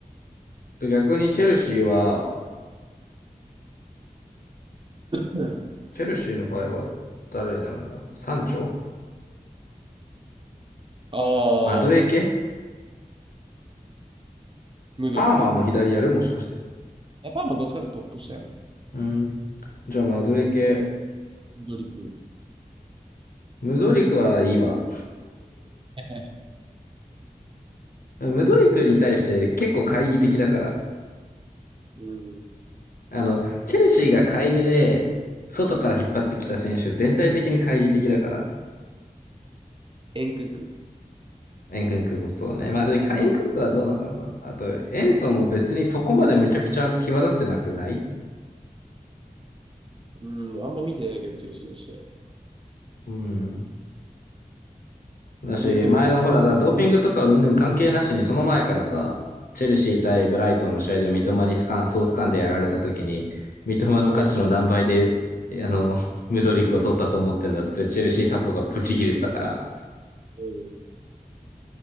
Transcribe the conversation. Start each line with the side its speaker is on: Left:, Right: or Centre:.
Left: で、逆にチェルシーは、
Right: うん。
Left: チェルシーの場合は誰になるんだサンチョ
Right: ああ、
Left: マドゥエケ
Right: ムドリク
Left: アーマーも左やるもしかして。
Right: やっぱまあどっちかっていうとトップ下やね。
Left: うん。じゃあマドゥエケ。
Right: ムドリク。
Left: ムドリクはいいわ。
Right: <laughs>
Left: ムドリクに対して結構懐疑的だから。
Right: うん。
Left: あの、チェルシーが買い値で、外から引っ張ってきた選手全体的に懐疑的だから。
Right: エンクンク。
Left: エンクンクもそうね。まあ、で、エンクンクはどうなんだろうな。あと、エンソも別にそこまでめちゃくちゃ際立ってなくない
Right: うん。あんま見てないけど、チェルシーの試合。
Left: うん。だし、
Right: でもいつも買った。
Left: 前のほら、だ、ドーピングとか云々関係なしに、その前からさ、チェルシー対ブライトンの試合で三笘にスカン、ソースカンでやられた時に、三笘の価値の何倍で、
Right: うん。
Left: あの、ムドリックを取ったと思ってんだっつって、チェルシーサポがブチ切れてたから、
Right: うん。